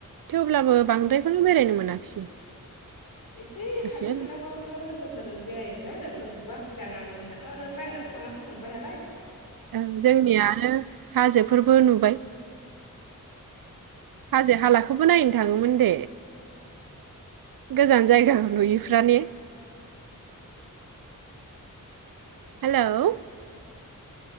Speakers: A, on the right; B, on the left.
A: थेवब्लाबो बांद्रायखौनो बेरायनो मोनाखिसै
B: एसे
A: दसेल'सै
B: खाथि खालाफ्रावनो लोगोफोरजों बेराय मोनबाय आरो बास सिगां आंनाथ' आरो बाहहेरायाव थांना फैखांबाय नालाय
A: औ जोंनिया आरो हाजोफोरबो नुबाय हाजो हालाखौबो नायनो थाङोमोन दे गोजान जायगाखौ नुयिफ्रानो? हेल' <unintelligible>